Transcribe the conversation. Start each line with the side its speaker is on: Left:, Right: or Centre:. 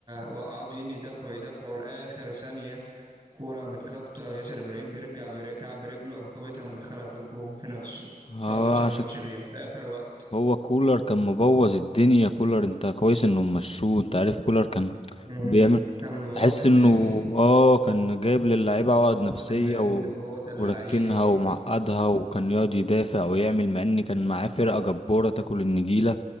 Right: وقعدوا ين يدافعوا يدافعوا لآخر ثانية كورة متخبطة ياسر إبراهيم بيرجع بركع برجله قام خابطها مدخلها في الجون في نفسه
Left: هو
Right: خلص
Left: عشان
Right: الماتش بيها في آخر وقت
Left: هو كولر كان مبوظ الدنيا كولر انت كويس انه مشوه انت عارف كولر كان
Right: مم.
Left: بيعمل
Right: كان مبوظ
Left: تحس
Right: النادي
Left: انه اه كان جايب للاعيبه عقد نفسيه
Right: بوظ النادي
Left: و...
Right: وبوظ اللعيبة
Left: وركنها ومعقدها وكان يقعد يدافع ويعمل مع ان كان معاه فرقه جباره تاكل النجيله